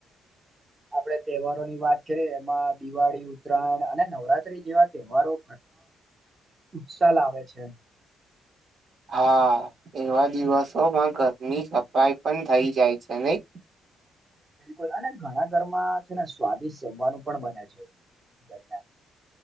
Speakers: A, on the right (about 25°); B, on the right (about 55°).
A: આપડે તહેવારો ની વાત કરીએ એમાં દિવાળી ઉત્તરાયણ અને નવરાત્રી જેવા તહેવારોર ઉત્સલ આવ આવેે છે
B: હા એવા દિવસોમાં ઘરની સફાઈ પણ થઈ જાય છે નહી
A: બિલકુલ અને ઘણા ઘરમાં છે ને સ્વાદિષ્ટ જમવાનું પણ બને છે <unintelligible>